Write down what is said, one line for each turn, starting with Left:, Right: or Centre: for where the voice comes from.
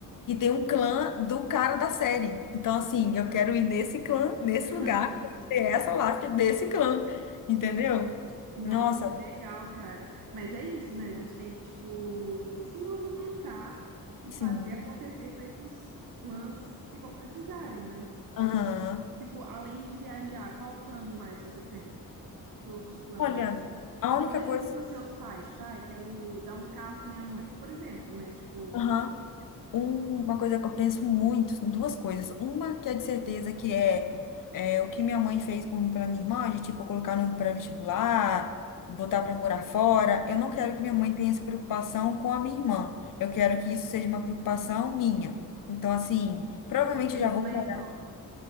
Left: E tem um clã do cara da série. Então, assim, eu quero ir nesse clã, nesse
Right: <laughs>
Left: lugar, ter essa lápide desse clã. Entendeu?
Right: Nossa,
Left: Nossa,
Right: que legal, cara. Mas é isso, né? A gente tem que, tipo, se movimentar e
Left: assim.
Right: fazer acontecer para esses planos se concretizarem, né?
Left: Aham.
Right: Tipo, além de viajar, qual plano mais você tem? Que outros planos,
Left: Olha,
Right: assim?
Left: a
Right: Tipo,
Left: única
Right: mesmo
Left: coisa.
Right: que para os seus pais, tipo, ai, quero dar um carro para minha mãe, por exemplo, né? Tipo,
Left: Aham. Um- Uma coisa que eu penso muito, duas coisas. Uma que é de certeza que é, é, o que minha mãe fez por mim, pela minha irmã, de tipo colocar num pré-vestibular, botar para morar fora. Eu não quero que minha mãe tenha essa preocupação com a minha irmã. Eu quero que isso seja uma preocupação minha. Então, assim, provavelmente
Right: com a sua
Left: eu
Right: irmã
Left: já vou
Right: mais
Left: morar.
Right: nova.